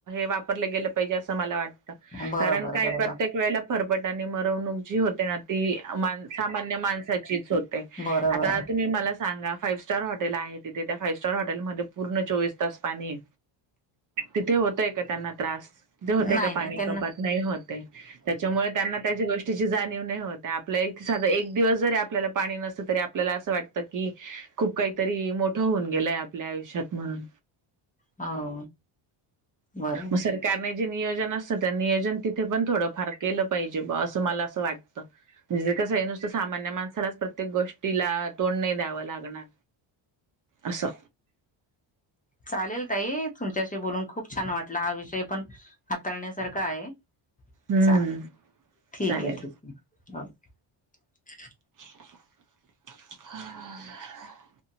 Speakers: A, on the right; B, on the left.
A: वापरले गेलं पाहिजे अस मला वाटत
B: बरोबर
A: कारण काय
B: बरोबर
A: प्रत्येक वेळे फरपटा आणि मरवणूक जी होते ना ती मा सामान्य माणसाचीच होते
B: बरोबर
A: आता तुम्ही मला सांगा फाइव स्टार हॉटेल आहे तिथे त्या फाइव्ह स्टार हॉटेलमध्ये पूर्ण चोवीस तास पाणी तिथे होतय का त्यांना त्रास ते होते
B: नाही
A: का
B: नाही
A: पाणी
B: त्यांना
A: कपात नाही होते त्याच्यामुळे त्यांना त्याच्या गोष्टी वत आपल्या इ साध एक दिवस जरी आपल्याला पाणी नस तरी आपल्याला असं वाटत की खूप काहीतरी मोठं होऊन गेलंय आपल्या आयुष्यात म्हणून
B: हो बरोबर
A: मग सर काय माहीत न जे नियोजन असत नियोजन तिथे पण थोडं फार केलं पाहिजे बा असं मला असं वाट म्हणे कसं हे नुसतं सामान्य माणसालाच प्रत्येक गोष्टीला तोंड नाही द्यावं लागणार. असं
B: चालेल ताई तुमच्याशी बोलून खूप छान वाटला हा विषय पण हाताळण्यासारखा आहे
A: हम्म.
B: चालेल ठीक
A: चालेल.
B: आहे ठीक आहे क
A: हज